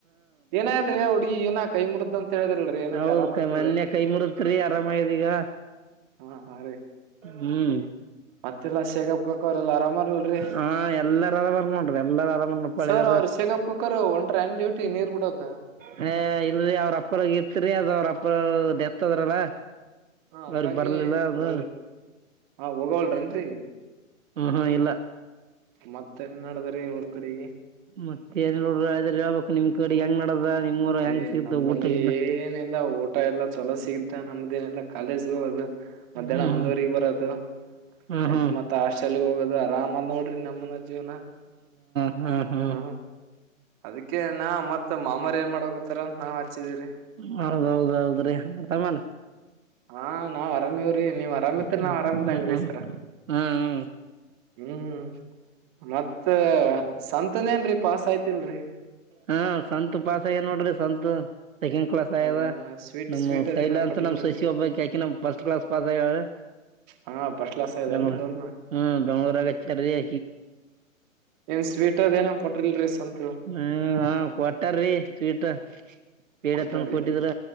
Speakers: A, on the right; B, on the right.
A: ಏನಂದ್ರಿ ಹುಡುಗಿ ಏನ ಕೈ ಮುರಿದ್ ಅಂತ ಹೇಳಿದ್ರಲ್ರಿ ಏನಂತ
B: ಹೌದ
A: ಆರಾಮ
B: ಕೈ
A: ಐತಿಲ್ಲ
B: ಮೊನ್ನೆ ಕೈ ಮುರಿದಿತ್ತು ಆರಾಮಯದ ಈಗ
A: ಹಾ ಹಾ ರೀ
B: ಹ್ಮ್
A: ಮತ್ತೆಲ್ಲಾ ಶೇಗಪ್ಪ ಕಕ್ಕ ಅವರೆೆಲ್ಲಾ ಅರಾಮಾರಲ್ರಿ
B: ಹಾ ಎಲ್ಲಾರರಾಮಾರ ನೋಡ್ರಿ ಎಲ್ಲಾರ ಆರಾಮನ್ಳಿದಾರ
A: ಸರ್ ಅವ್ರ
B: <inaudible>
A: ಶೇಗಪ್ ಕಾಕರು ಒಂಟ್ರ ಏನ್ ಡ್ಯೂಟಿ ನೀರ್ ಬಿಡಕ
B: ಹಏ ಇಲ್ರರಿ ಅವ್ರಪ್ಪರಗ ಇತ್ರಿ ಅದ ಅವ್ರಪ್ಪರ ಡೆತ್ ಅದ್ರಲ್ಲ
A: ಹಾ ಹಂಗಾಗಿ
B: ಅವ್ರಿಗೆ ಬರಲಿಲ್ಲ ಅದು
A: ಹೋಗ್ಲಿ ಹಾ ಹೋಗವಲ್ರನ್ರಿ
B: ಹಾ ಇಲ್ಲ
A: ಮತ್ತೆ ಏನ್ ನಡದ್ರಿ ಊರ್ ಕಡೆಗೆ
B: ಮತ್ತೆ ನ್ ನೋಡ್ರ ಹೇಳ್ಬೇಕು ನಿಮ್ ಕಡೆ ಹೆಂಗ್ ನಡದ ನಿಮ್ರ ಹೆಂಗ್
A: ಯ್
B: ಸಿಗ್ತ
A: ನಂಬಲ್ಲಿ
B: ಊಟಗಿಲ್ಲ
A: ಏನಿಲ್ಲ ಊಟ ಎಲ್ಲಾ ಚಲೋ ಸಿಗತ ನಮ್ದು ಲ್ಲ ಕಾಲೇಜ್ ಹೋದು ಮಧ್ಯಾಹ್ನ
B: ಹ್ಮ್
A: ಒಂದವರೆಗ
B: ಹ್ಮ್
A: ಬರದು
B: ಹ್ಮ್
A: ಆಯ್ತ್
B: ಹ್ಮ್
A: ಮತ್ ಹಾಸ್ಟೆಲ್ ಹೋಗೋದು ಆರಾಮದ್ ನೋಡ್ರಿ ನಮ್ಮನ ಜೀವನ <inaudible>
B: ಹ್ಮ ಹಾ <inaudible>
A: ಹ್ಮ್ ಅದಕ್ಕೆ ನಾ ಮತ್ತ ಮಾಮರಿ ಏನ್ ಮಾಡಕತಾರ ಅಂತ ನಾವ್ ಹಚ್ಚಿದೀರಿ <inaudible>
B: ಹೌದೌದ್ೌದ್ರಿ ಆರಾಮಲ್ಲ <inaudible>
A: ಹಾ ನಾವ್ ಆರಾಮವ್ರಿ ನೀವ್ ಆರಾಮತ್ರಿ
B: ಹ್ಮ್
A: ನಾವ್ ಆರಾಮ್ದಂಗ್ರೀ
B: ಹ್ಮ್ ಹ್ಮ್ ಹ್ಮ್
A: ಸರ <inaudible>
B: ಹ್ಮ್
A: ಹ್ಮ್ ಮತ್ತ ಸಂತನೇನ್ರೀ ಪಾಸ್ ಆಯ್ತಿಲ್ರಿ <inaudible>
B: ಹಾ ಸಂತ ಪಾಸ ಏ ನೋಡ್ರಿ ಸಂತ <inaudible> ಸೆಕೆಂಡ್ ಕ್ಲಾಸ್ ಆಗ್ಯದ
A: ಹೌದೇನ ಸ್ವೀಟ್
B: ನಮ್ಮ್
A: ಸ್ವೀಟ್
B: ಸೈಲ
A: ಅದೇನ
B: ಅಂತ
A: ಕೊಟ್ರಿಲ್ರಿ
B: ನಮ್ ಸಸಿ ಒಬ್ಬ ಯಾಕಿ ನಮ ಫಸ್ಟ್ ಕ್ಲಾಸ್ ಪಾಸ್ ಆಗ್ಯ <inaudible>
A: ಹಾ ಫಸ್ಟ್ ಕ್ಲಾಸ್ ಆಗ್ಯದೇನ್ರಿ
B: ಬೆಂಗ್ಳೋ
A: ಅವ್ರನ
B: ಹಾ ಬೆಂಗ್ಳೋರು ಆಗ ಚ್ರ <inaudible>
A: ಏನ್ ಸ್ವೀಟ್ದ್ ಏನಂಗ ಕೊಟ್ಟಿಲ್ರರಿ ಸ್ಂತ <inaudible>
B: ಹ್ಮ ಹ ಕ್ವಾಟರ್ ರೀಟ <inaudible> ಬೇಡಪ್ಪನ್
A: ಕೊಟ್ಟಾರಿ
B: ಕೊಟ್ಟಿದ್ರ